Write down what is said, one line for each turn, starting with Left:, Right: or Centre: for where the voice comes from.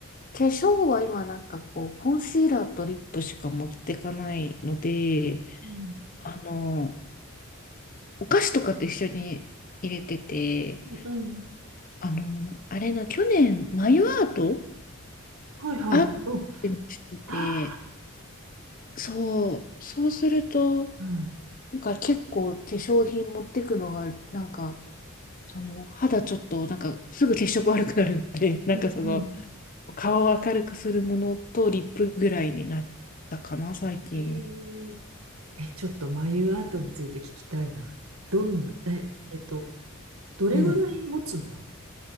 Left: 化粧は今、なんかこう、コンシーラーとリップしか持ってかないので、
Right: うん。
Left: あの、お菓子とかと一緒に入れてて、
Right: うんうん。
Left: あの、あれな去年、眉アート
Right: はいはいはい。
Left: アー
Right: うん。
Left: トもして
Right: あ
Left: て、そう、そうすると、
Right: あ。うん
Left: なんか結構化粧品持ってくのが、なんか、その肌ちょっと、なんかすぐ血色悪くなるんで、<laughs> なんかその、
Right: うん。うん。
Left: 顔を明るくするものとリップぐらいになったかな、最近。
Right: えー、え、ちょっと眉アートについて聞きたいな。どんな、え、えっと、どれぐらい持つの
Left: うん。